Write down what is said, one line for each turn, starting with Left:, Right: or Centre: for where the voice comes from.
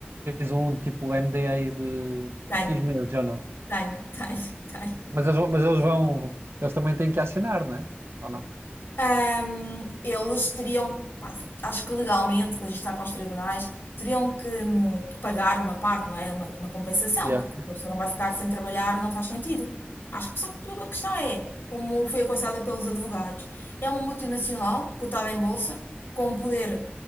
Right: tens um tipo NDA de
Left: tenho,
Right: X meses ou não?
Left: tenho, tenho, tenho.
Right: Mas eles, vão- mas eles vão. Eles também têm que acionar, não é? Ou não?
Left: ahm, eles teriam, pá, acho que legalmente, depois isto vai para os tribunais, teriam que hum, pagar uma parte, não é? Uma, uma compensação,
Right: Yeah.
Left: porque uma pessoa não vai ficar sem trabalhar, não faz sentido. Acho que, apesar de tudo, a questão é, como foi aconselhada pelos advogados, é uma multinacional cotada em bolsa, com um poder